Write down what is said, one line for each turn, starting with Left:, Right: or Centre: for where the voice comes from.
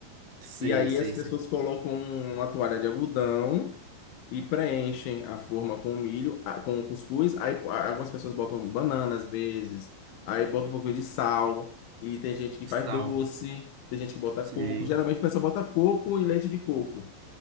Right: Sei,
Left: E aí
Right: sei,
Left: as pessoas
Right: sei.
Left: colocam uma toalha de algodão e preenchem a forma com o milho, a- com o cuscuz. Aí a- algumas pessoas botam banana às vezes, aí bota um pouquinho de sal, e tem gente que faz
Right: Sal.
Left: doce, tem gente que bota
Right: Sei.
Left: coco. Geralmente o pessoal bota coco e leite de coco